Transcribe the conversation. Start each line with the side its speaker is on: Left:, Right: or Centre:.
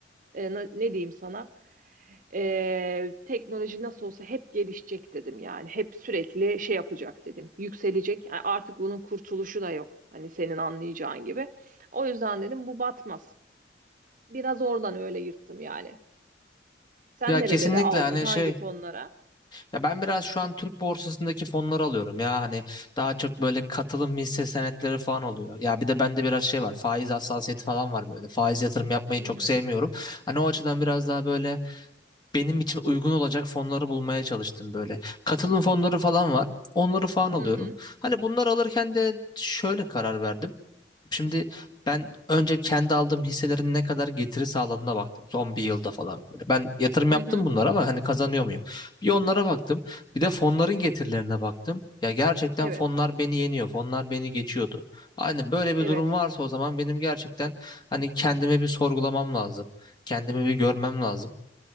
Right: e, na- ne diyeyim sana e, teknoloji nasıl olsa hep gelişecek dedim yani hep sürekli şey yapacak dedim yükselecek Yani artık bunun kurtuluşu da yok hani senin anlayacağın gibi o yüzden dedim bu batmaz biraz oradan öyle yırttım yani sen
Left: Ya
Right: nerelere
Left: kesinlikle
Right: aldın
Left: hani
Right: hangi
Left: şey
Right: fonlara?
Left: ya ben biraz şu an Türk borsasındaki fonları alıyorum ya hani daha çok böyle katılım hisse senetleri falan oluyor. Ya bir de bende biraz şey var faiz hassasiyeti falan var böyle faiz yatırım yapmayı
Right: Hı
Left: çok
Right: hı
Left: sevmiyorum. Hani o açıdan biraz daha böyle benim için uygun olacak fonları bulmaya çalıştım böyle. Katılım fonları falan var onları falan alıyorum.
Right: hı hı
Left: Hani bunları alırken de şöyle karar verdim. Şimdi ben önce kendi aldığım hisselerin ne kadar getiri sağladığına baktım. Son bir yılda falan böyle. Ben yatırım
Right: hı
Left: yaptım
Right: hı
Left: bunlara ama hani kazanıyor muyum? Bir onlara baktım. Bir de fonların getirilerine baktım. Ya gerçekten
Right: evet
Left: fonlar beni yeniyor. Fonlar beni geçiyordu. Hani böyle bir
Right: evet
Left: durum varsa o zaman benim gerçekten hani kendime bir sorgulamam lazım. Kendimi bir görmem lazım.